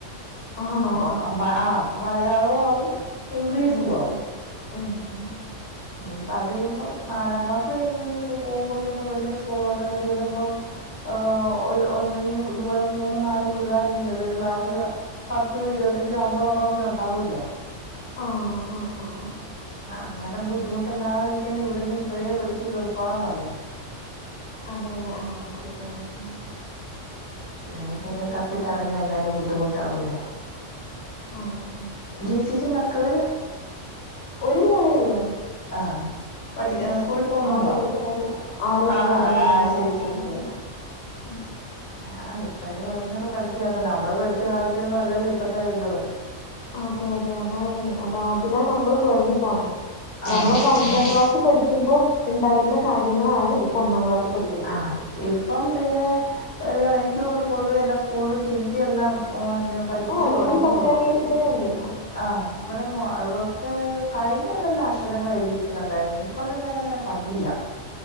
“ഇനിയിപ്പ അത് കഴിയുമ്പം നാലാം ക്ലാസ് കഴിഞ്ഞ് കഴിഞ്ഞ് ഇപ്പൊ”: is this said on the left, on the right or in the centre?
Left